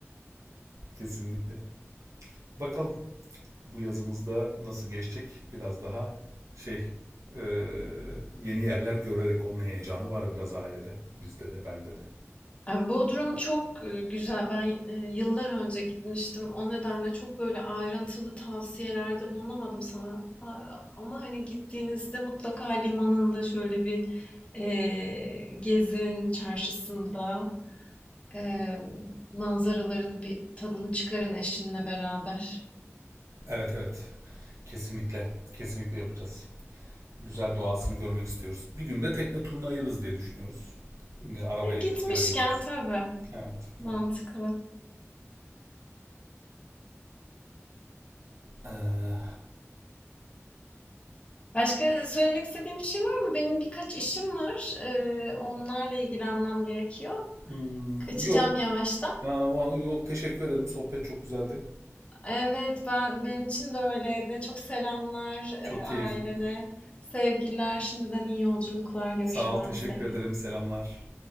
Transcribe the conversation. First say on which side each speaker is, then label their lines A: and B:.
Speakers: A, on the right; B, on the left.
A: Kesinlikle. Bakalım. bu yazımızda nasıl geçecek biraz daha şey e, yeni yerler görerek onun heyecanı var biraz ailede. Bizde de bende de.
B: Eee, Bodrum çok, eee, güzel. Ben, eee, yıllar önce gitmiştim. O nedenle çok böyle ayrıntılı tavsiyelerde bulunamadım sana. Aaa, ama hani gittiğinizde mutlaka limanında şöyle bir, eee, gezin, çarşısında, emm, manzaraların bir tadını çıkarın eşinle beraber.
A: Evet evet kesinlikle kesinlikle yapacağız. Güzel doğasını görmek istiyoruz. Bir günde tekne turuna ayırırız diye düşünüyoruz. E, Arabayla
B: E, gitmişken
A: gidip göremeyeceğimiz.
B: tabii,
A: Evet
B: mantıklı.
A: evet. Ee,
B: Başka söylemek istediğim bir şey var mı? Benim birkaç işim var. Eee, onlarla ilgilenmem gerekiyor.
A: hmm,
B: Kaçacağım
A: yok.
B: yavaştan.
A: Ha, va- yok teşekkür ederim. Sohbet çok güzeldi.
B: Evet, ben benim için de öyleydi. Çok selamlar e,
A: Çok keyifliydi.
B: ailene, sevgiler, şimdiden iyi yolculuklar görüşemezsek.
A: Sağ ol teşekkür ederim. Selamlar.